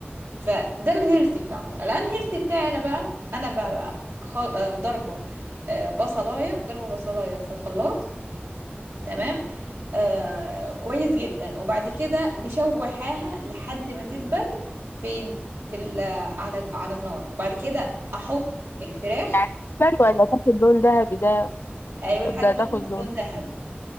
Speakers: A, on the right (about 85°); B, on the left (about 80°).
A: فده الهيلثي بتاعهم الانهيلثي بتاعي انا بقى انا بقى, بقى خل... آه، ضربه آه، بصلايه ضربه بصلايه في الخلاط تمام آه كويس جدا وبعد كده مشوحاها لحد ما تدبل فين في ال... على ال... على النار وبعد كده احط الفراخ
B: يعني بل ولا تاخد لون ذهبي ده
A: ايوه
B: تبدأ
A: لحد ما
B: تاخد
A: تاخد
B: لون
A: لون ذهبي